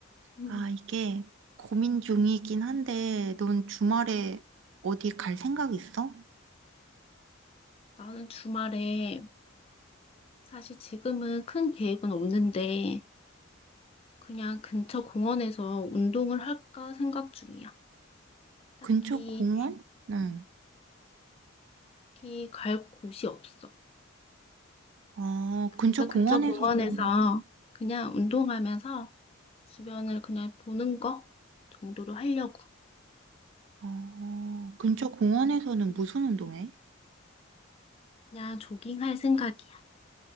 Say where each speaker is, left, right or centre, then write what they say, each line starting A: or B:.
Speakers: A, on the left; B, on the right.
A: 음,
B: 아, 이게 고민 중이긴 한데, 넌 주말에 어디 갈 생각 있어?
A: 나는 주말에 사실 지금은 큰 계획은 없는데 그냥 근처 공원에서 운동을 할까 생각 중이야. 딱히,
B: 근처 공원? 응.
A: 딱히 갈 곳이 없어.
B: 어,
A: 그래서
B: 근처
A: 근처
B: 공원에서는,
A: 공원에서 그냥 운동하면서 주변을 그냥 보는 거 정도로 하려고.
B: 어, 근처 공원에서는 무슨 운동해?
A: 그냥 조깅할 생각이야.